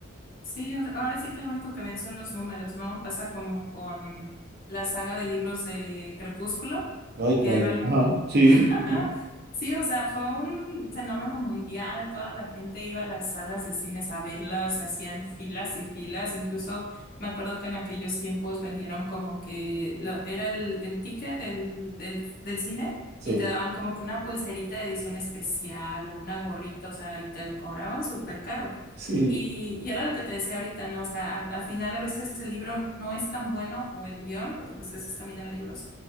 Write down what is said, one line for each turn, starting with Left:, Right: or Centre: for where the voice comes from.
Left: sí, o- ahora sí que lo único que ven son los números, ¿no? Pasa como con la saga de libros de Crepúsculo
Right: Ay, calla.
Left: que real-
Right: Ajá,
Left: <laughs>
Right: sí, sí,
Left: Sí, o sea, fue un fenómeno mundial. Toda la gente iba a las salas de cines a verlas, hacían filas y filas. Incluso me acuerdo que en aquellos tiempos vendieron como que lo- era el, el ticket del, del, del cine
Right: sí.
Left: y te daban como que una pulserita de edición especial o una gorrita, o sea, y te lo cobraban súper caro.
Right: <laughs> sí.
Left: Y, y era lo que te decía ahorita, ¿no? O sea, al, al final a veces el libro no es tan bueno o el guión, porque pues esos también eran libros,